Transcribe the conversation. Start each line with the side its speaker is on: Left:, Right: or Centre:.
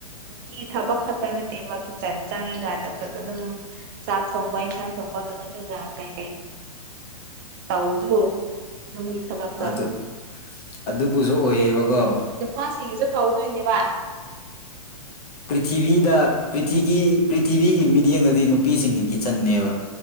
Right: ꯅꯨꯄꯤꯒꯤ ꯊꯕꯛ ꯈꯛꯇ ꯅꯠꯇꯦꯕ ꯆꯟ ꯆꯥꯡꯉꯥꯒ <unintelligible> ꯑꯗꯨꯝ ꯆꯥꯛ ꯊꯣꯡꯕ ꯏꯟꯁꯥꯡ ꯊꯣꯡꯕ ꯑꯗꯨꯒ ꯀꯩꯀꯩ ꯇꯧꯕꯗꯣ ꯌꯨꯝꯒꯤ ꯊꯕꯛꯇꯣ
Left: ꯑꯗꯨ ꯑꯗꯨꯕꯨꯁꯨ ꯑꯣꯏꯌꯦꯕꯀꯣ
Right: ꯅꯨꯄꯥꯁꯤꯡꯒꯤꯁꯨ ꯇꯧꯗꯣꯏꯅꯦꯕ
Left: ꯄ꯭ꯔꯤꯊꯤꯕꯤꯗ ꯄ꯭ꯔꯤꯊꯤꯒꯤ ꯄ꯭ꯔꯤꯊꯤꯕꯤꯒꯤ ꯃꯤꯠꯌꯦꯡꯗꯥꯗꯤ ꯅꯨꯄꯤꯁꯤꯡꯒꯤ ꯀꯤꯆꯟꯅꯦꯕ